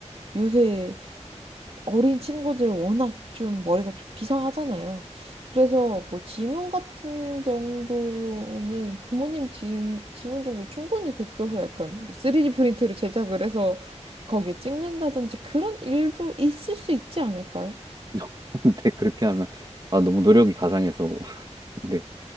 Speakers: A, on the right; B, on the right.
A: 요새 어린 친구들 워낙 좀 머리가 좀 비상하잖아요. 그래서 뭐 지문 같은 정도로는 부모님 지, 지문 정도로 충분히 베껴서 약간 뭐 3D 프린트로 제작을 해서 거기에 찍는다든지 그런 일도 있을 수 있지 않을까요?
B: <laughs> 근데 그렇게 하면, 아, 너무 노력이 가상해서, <laughs> 근데